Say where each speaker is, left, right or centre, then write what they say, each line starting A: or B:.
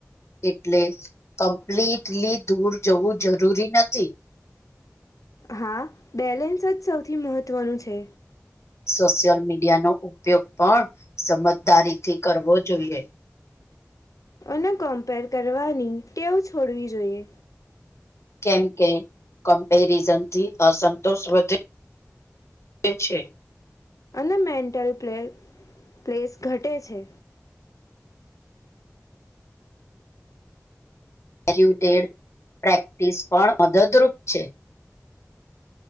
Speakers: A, on the left; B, on the left.
A: એટલે જ કમ્પ્લીટલી દૂર જવું જરૂરી નથી.
B: હા બેલેન્સ જ સૌથી મહત્ત્વનું છે.
A: સોશિયલ મીડિયાનો ઉપયોગ પણ સમજદારી થી કરવો જોઈએ.
B: અને કમ્પેર કરવાની ટેવ છોડવી જોઈએ.
A: કેમ કે કમ્પેરિઝનથી અસંતોષ વધે એ છે.
B: અને મેન્ટલ પ્લે પ્લેસ ઘટે છે.
A: <unintelligible> પ્રેક્ટિસ પણ મદદ રૂપ છે.